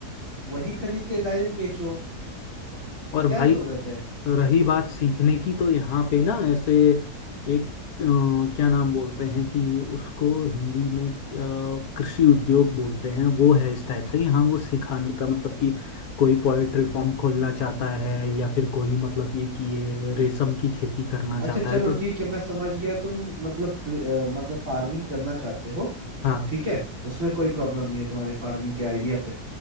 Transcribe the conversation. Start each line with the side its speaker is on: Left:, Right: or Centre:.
Right: वही खरीद के डायरेक्ट बेचो
Left: और
Right: क्या
Left: भाई
Right: जरूरत है
Left: रही बात सीखने की तो यहाँ पे ना ऐसे एक अ, क्या नाम बोलते हैं कि उसको हिंदी में अ, कृषि उद्योग बोलते हैं वो है इस टाइप से यहाँ वो सिखाने का मतलब कि कोई पोएट्री फॉर्म खोलना चाहता है या फिर कोई मतलब ये कि ये रेशम की खेती करना चाहता
Right: अच्छा चलो
Left: है तो
Right: ठीक है मैं समझ गया तुम मतलब क्रि- अ, मतलब फार्मिंग करना चाहते हो
Left: हाँ
Right: ठीक है उसमें कोई प्रॉब्लम नहीं है तुम्हारे फार्मिंग के आइडिया पे